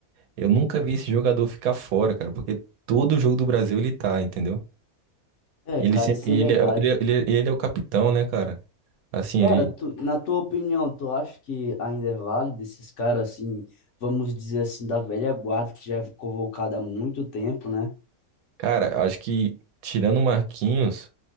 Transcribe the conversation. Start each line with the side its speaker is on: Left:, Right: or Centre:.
Right: Eu nunca vi esse jogador ficar fora, cara, porque todo jogo do Brasil ele tá, entendeu?
Left: É,
Right: E
Left: cara,
Right: ele sempre
Left: isso
Right: e
Left: é verdade.
Right: ele é, o- ele, é- ele, é ele é o capitão, né, cara? Assim,
Left: Cara,
Right: ele,
Left: tu- na tua opinião, tu acha que ainda é válido esses caras assim, vamos dizer assim, da velha guarda que já é convocada há muito tempo, né?
Right: cara, acho que tirando o Marquinhos,